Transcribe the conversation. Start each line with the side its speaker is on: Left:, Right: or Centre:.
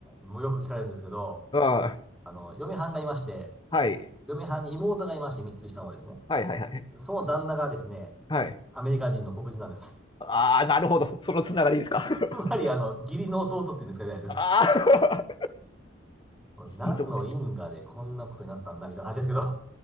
Centre: もうよく聞かれるんですけど、
Left: あ
Centre: あの、嫁はんがいまして、
Left: あ、はい。
Centre: 嫁はんに妹がいまして3つ下のですね。
Left: はいはいはい。
Centre: その旦那がですね、
Left: はい。
Centre: アメリカ人の黒人なんです。
Left: ああ、なるほど。そのつながりですか。
Centre: <laughs>
Left: <laughs>
Centre: つまり、あの、義理の弟っていうんですか、いわゆる。
Left: ああ、
Centre: 何の因果でこんなことになったんだ、
Left: 親族、
Centre: みたいな話ですけど。